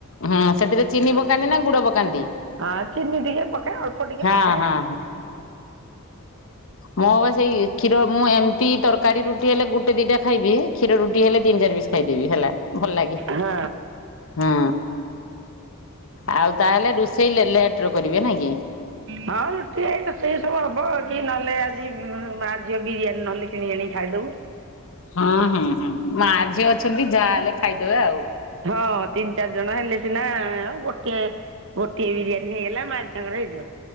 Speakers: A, on the left; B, on the right.
A: ହଁ ସେଥିରେ ଚିନି ପକାନ୍ତି ନା ଗୁଡ ପକାନ୍ତି?
B: ହଁ ଚିନି ଟିକେ ପକାଏ ଅଳ୍ପ ଟିକେ
A: ହଁ
B: ପକାଏ
A: ହଁ
B: ଆଉ।
A: ମୋ ବା ସେଇ କ୍ଷୀର ମୁଁ ଏମତି ତରକାରୀ ରୁଟି ହେଲେ ଗୁଟେ ଦିଟା ଖାଇବି କ୍ଷୀର ରୁଟି ହେଲେ ତିନି ଚାରିପିସ୍‌। ଖାଇଦେବି ହେଲା ଭଲ ଲାଗେ
B: ହଁ
A: ହଁ। ଆଉ ତାହେଲେ ରୋଷେଇ ଲେ-ଲେଟର କରିବେ ନାଇଁ କି?
B: ହଁ ରୁଟି ସେଇ ସବୁ ହବ କି ନହେଲେ ଆଜି ମାଝିଅ ବିରିୟାନୀ ନହେଲେ କିଣି ଆଣିକି ଖାଇଦବୁ
A: ହଁ ହୁଁ ହୁଁ ମା ଝିଅ ଅଛନ୍ତି ଯାହା ହେଲେ ଖାଇଦେବେ ଆଉ
B: ହଁ ତିନି ଚାରି ଜଣ ହେଲେ ସିନା ଆ ଗୋଟିଏ ଗୋଟିଏ ବିରିୟାନୀ ହେଇଗଲା ମା ତାଙ୍କର ହେଇଯିବ।